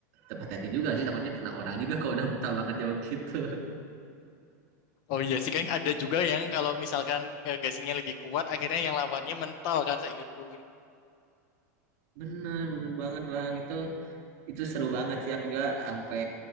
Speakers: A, on the right (about 50°); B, on the left (about 45°).
A: tetap hati-hati juga sih, takutnya kena orang juga kalau udah mental banget jauh gitu.
B: Oh iya sih kan ada juga yang kalau misalkan eh, gasingnya lebih kuat, akhirnya yang lawannya mental kan saya ingatku.
A: Bener, bener banget Bang itu. itu seru banget sih aku juga sampai